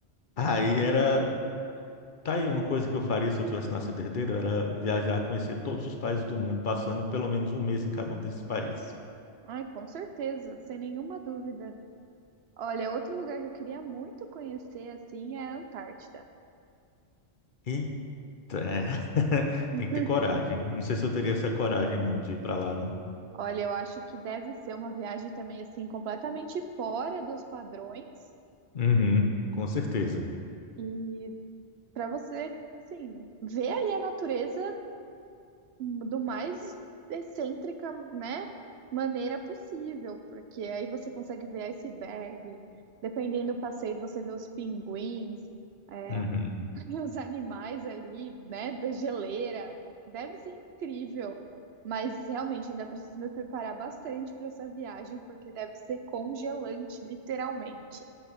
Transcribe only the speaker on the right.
Ai, com certeza, sem nenhuma dúvida. Olha, outro lugar que eu queria muito conhecer, assim, é a Antártida.
<laughs>
Olha, eu acho que deve ser uma viagem também, assim, completamente fora dos padrões.
E para você, sim, ver ali a natureza do mais excêntrica, né, maneira possível, porque aí você consegue ver iceberg, dependendo do passeio, você vê os pinguins, é,
<laughs> os animais ali, né, da geleira. Deve ser incrível, mas realmente ainda preciso me preparar bastante para essa viagem, porque deve ser congelante, literalmente.